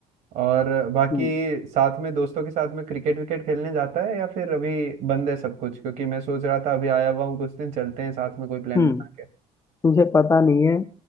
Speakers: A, on the right; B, on the left.
A: और बाकी
B: हम्म
A: साथ में दोस्तों के साथ में क्रिकेट विकेट खेलने जाता है या फिर अभी बंद है सब कुछ क्योंकि मैं सोच रहा था अभी आया हुआ हूँ कुछ दिन चलते हैं साथ में कोई प्लान
B: हम्म
A: बना के
B: तुझे पता नहीं है